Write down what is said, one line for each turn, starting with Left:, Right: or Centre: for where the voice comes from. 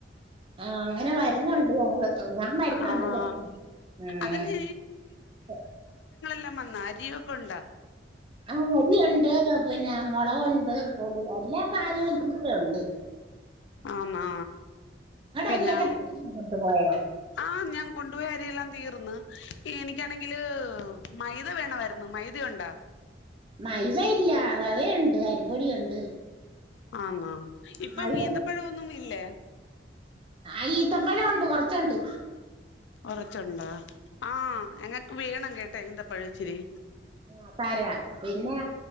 Right: ആ അങ്ങനെ വരുന്നുണ്ട് ഞങ്ങൾ ഞാൻ വരുന്നുണ്ട്
Left: ആഹ്
Right: <unintelligible>
Left: അതിന്
Right: ഉം
Left: ല്ലാം വന്ന അരിയൊക്കെ ഉണ്ടാ
Right: ആ അരിയുണ്ട് പിന്നെ മൊളകൊണ്ട് പൊലിയാൻ എല്ലാ സാധനങ്ങളൾക്കു <unintelligible> യൊണ്ട്
Left: ആന്നാ പിന്നെ
Right: അരിയൊക്കെ തീർന്നോ കൊണ്ടുപോയ
Left: ആ ഞാൻ കൊണ്ടുപോയ അരിയെല്ലാം തീർന്ന് എനിക്കാണെങ്കില് മൈദ വേണമായിരുന്നു മൈദാഉണ്ടാ
Right: മൈദഇല്ല റവയുണ്ട് അരിപ്പൊടിയുണ്ട്
Left: ആന്നാ ഇപ്പം
Right: മൈദ
Left: ഈന്തപ്പഴമൊന്നും ഇല്ലേ
Right: ആ ഈത്തപ്പഴം ഒണ്ട് കൊറച്ചുണ്ട്
Left: കൊറച്ചുണ്ടാ ആ ഞങ്ങ വേണം കേട്ട ഈന്തപഴവിച്ചിരി
Right: ആ തരാം പിന്നെ